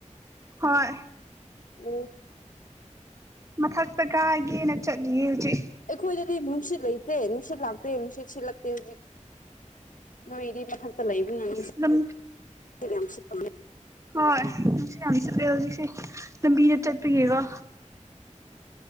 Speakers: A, on the right; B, on the left.
A: ꯍꯣꯏ
B: ꯎꯝ꯫
A: ꯃꯊꯛꯇ ꯀꯥꯏꯒꯦꯅ ꯆꯠꯂꯤꯌꯦ ꯍꯧꯖꯤꯛ꯫
B: ꯑꯩꯈꯣꯏꯗꯗꯤ ꯅꯨꯡꯁꯤꯠ ꯂꯩꯇꯦ ꯅꯨꯡꯁꯤꯠ ꯂꯥꯛꯇꯦ ꯅꯨꯡꯁꯤꯠ ꯁꯤꯠꯂꯛꯇꯦ ꯍꯧꯖꯤꯛ꯫ ꯅꯣꯏꯗꯤ ꯃꯊꯛꯇ ꯂꯩꯕꯅꯤꯅ ꯅꯨꯡꯁꯤꯠ
A: ꯑꯗꯨꯝ
B: ꯌꯥꯝ ꯁꯤꯠꯄ ꯃꯥꯜꯂꯤ
A: ꯍꯣꯏ ꯅꯨꯡꯁꯤꯠ ꯌꯥꯝ ꯁꯤꯠꯂꯤ ꯍꯧꯖꯤꯛꯁꯤ ꯂꯥꯝꯕꯤꯗ ꯆꯠꯄꯒꯤꯀꯣ꯫